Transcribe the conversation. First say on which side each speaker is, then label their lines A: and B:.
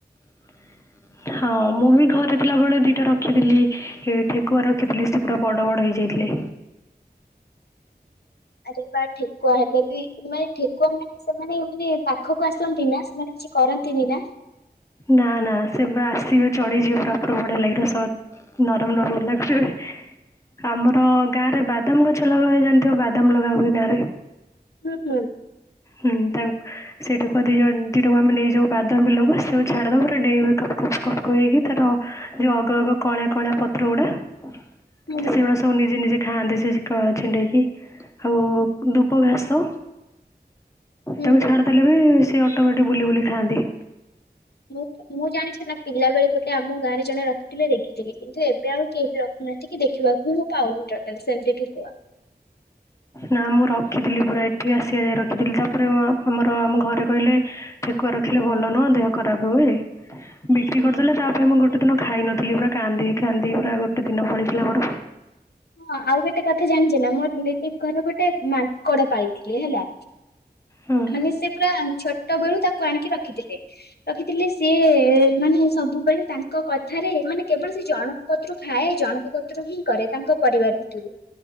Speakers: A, on the left (about 15°); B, on the left (about 70°).
A: <inaudible> ହଁ ମୁଁ ବି ଘରେ ଥିଲାବେଳେ ଦିଟା ରଖିଥିଲି ଏ ଠେକୁଆ ରଖିଥିଲି ସେତ ବଡ ବଡ ହେଇ ହେଇଥିଲେ।
B: ଆରେ ବା ଠେକୁଆ ହେଲେ ବି ମାନେ ଠେକୁଆ ମାନେ ସେମାନେ ମାନେ ପାଖକୁ ଆସନ୍ତି ନା ସେମାନେ। କିଛି କରନ୍ତିନି ନା।
A: ନା ନା ସେବେ ଆସିବ ଚଢିଯିବ ପୁରା ବଢିଆ ଲାଗିଲା ସ ନରମ ନରମ ଲାଗିବେ। ଆମର ଗାଁ ରେ ବାଦାମ ଗଛ ଲଗାହୁଏ ଜାଣିଥିବ ବାଦାମ ଲଗା ହୁଏ ଗାଁରେ।
B: ହୁଁ ହୁଁ ।
A: ହୁଁ ତାଙ୍କୁ ସେଇଠା ଲୋକ ଦିଟାକୁ ନେଇଯାଉ ବାଦାମ ବିଲକୁ ସେ। ଝାଡ଼ିଦେବ ପୁରା ଡେଇଁବେ କ୍ କ୍ କ୍ କପ୍ ହେଇକି ତାର ଯୋଉ ଅଗ ଅଗ କଳା କଳା ପତ୍ର ଗୁଡା। ସେଗୁଡା
B: ହୁଁ ହୁଁ
A: ସବୁ ନିଜେ ନିଜେ ଖାଆନ୍ତି ସେକ କଳା ଛିଣ୍ଡେଇକି ଆଉ ଦୁବ ଘାସ।
B: ହୁଁ
A: ତାକୁ ଛାଡିଦେଲେ ବି ସିଏ ଅଟୋମେଟିକ ବୁଲି ବୁଲି ଖାଆନ୍ତି।
B: ମୁଁ ମୁଁ ଜାଣିଛି ନା ପିଲା ବେଳେ ଗୋଟେ ଆମ ଗାଁରେ ଜଣେ ରଖିଥିଲେ ଦେଖି। ଥିଲି କିନ୍ତୁ ଏବେ ଆଉ କେହି ବି ରଖି ନାହାନ୍ତି କି ଦେଖିବାକୁ ବି ମୁଁ ପାଉନି ତ । ସେମିତି ଠେକୁଆ।
A: ନା ମୁଁ ରଖିଥିଲି ପୁରା ଏଠି ଆସିବା ଯାଏ ରଖିଥିଲି ତାପରେ ଆମର ଆମ ଘରେ କହିଲେ ଠେକୁଆ ରଖିଲେ ଭଲ ନୁହଁ। ଦେହ ଖରାପ ହୁଏ ବିକ୍ରି କରିଦେଲେ ତାପରେ ମୁଁ ଗୋଟେ ଦିନ ଖାଇନଥିଲି ପୁରା କାନ୍ଦି କାନ୍ଦି ପୁରା ଗୋ ଗୋଟେ ଦିନ ପଳେଇଥିଲା ମୋର।
B: ହଁ ଆଉ ଗୋଟେ କଥା ଜାଣିଛ ନା ମୋ ରିଲେଟିଭ ଘରୁ ଗୋଟେ ମାଙ୍କଡ ପାଇଥିଲେ ହେଲା।
A: ହୁଁ
B: ମାନେ ସେ ପୁରା ଛୋଟ ବେଳୁ ତାକୁ ଆଣିକି ରଖିଥିଲେ। ରଖିଥିଲେ ସିଏ ମାନେ ସବୁବେଳେ ତାଙ୍କ କଥାରେ ମାନେ କେବଳ ସେ ଜଣଙ୍କ କତିରୁ ଖାଏ ଜଣକ କତୁରୁ ହିଁ କରେ ତାଙ୍କ ପରିବାର ଭିତରୁ